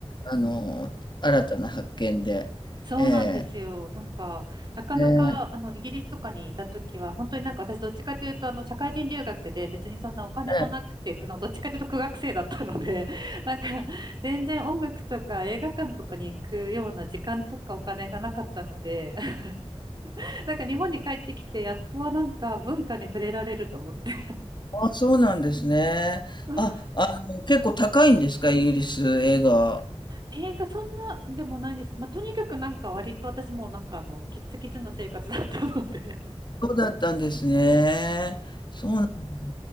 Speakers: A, on the left (about 45°); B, on the right (about 40°).
A: あの、新たな発見で。
B: そうなんですよ。
A: え
B: なんか、なかなか、
A: え、ね
B: あの、イギリスとかにいたときは、本当になんか私どっちかというと、あの、社会人留学で別にそんなお金もなくて、
A: ええ、
B: あの、どっちかというと苦学生だったので、<laughs> なんか、全然音楽とか映画館とかに行くような時間とかお金がなかったので、<laughs> なんか日本に帰ってきて、やっとはなんか文化に触れられると思って。
A: あ、そうなんですね。
B: <laughs>
A: あ、あの、結構高いんですか、イギリス映画。
B: 映画そんなでもないですけど、まあ、とにかくなんか割と私もなんかあの、キッツキツな生活だったので
A: そうだったんですね。そうなんです